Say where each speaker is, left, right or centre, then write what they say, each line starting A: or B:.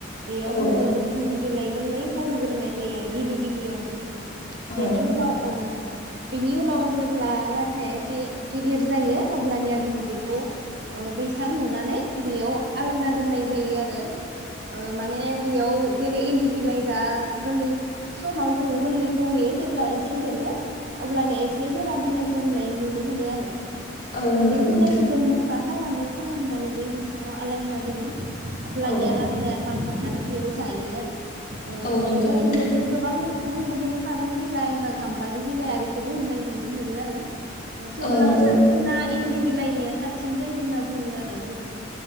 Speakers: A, on the right; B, on the left.
A: बेयाव
B: औ
A: जोङो इनदि बिलाइ गोरलैखौ होग्रोनाय जायो आरो गिबि गिबियावनो
B: औ
A: बेनि उनाव औ नंगौ बेनि उनाव जेब्ला लाथाया एसे गेदेर जायो अब्लानिया जोङो बेखौ ओ बैसां लुनानै बेयाव आलायना दोननाय जायो आरो ओ माने बेयाव जेरै इन्दि बिलाइ दा गोरलै समाव जोङो गोरलैखौ होयो जेब्ला एसे देरगोन अब्लानो एसे गोरा बिलाइखौ होनाय नुनो मोनो आरो
B: औ नंगौ
A: बे बिलाइखौ
B: नोंथां
A: जों मुथा खालामो खालामनानै बै बैसाङाव आलायना दोनो होमब्लानिया
B: औ
A: लाथाया बाखांनानै बेयाव जायो आरो ओ
B: औ नंगौ
A: बेबायदिनो
B: नोंथां
A: जों गोबां गुबुन गुबुन खारुन बिलाइ बा गाम्बारि बिलाइ आरिखौबो होननाय नुनो मोनो आरो ओ थेवब्लाबो
B: औ नंगौ
A: साबसिना इन्दि बिलाइनिया साबसिन जायो होनना बुङो आरो जोंनि